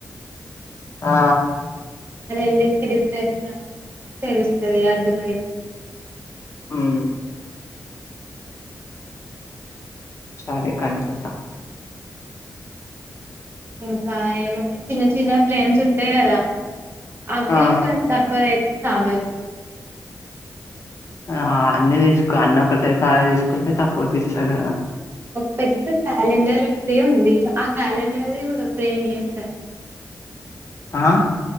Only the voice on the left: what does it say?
ఆ
హ్ సరే కనుకుంట
ఆ
ఆ అన్ని తీసుకో అన్ని ఒకటే కాడ తీసుకుంటే తక్కువకి ఇస్తారు.
ఆ